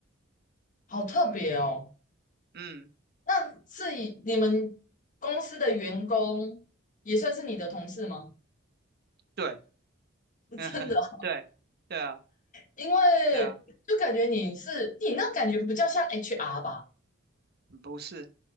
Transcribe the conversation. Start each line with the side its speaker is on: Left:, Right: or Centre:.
Left: 好特别哦。
Right: 嗯
Left: 那是以你们公司的员工也算是你的同事吗？
Right: 对，
Left: <laughs>
Right: 嗯哼，
Left: 真的哦
Right: 对对啊
Left: 因为就感觉你是你那感觉比较像
Right: 对啊，
Left: HR 吧，
Right: 不是。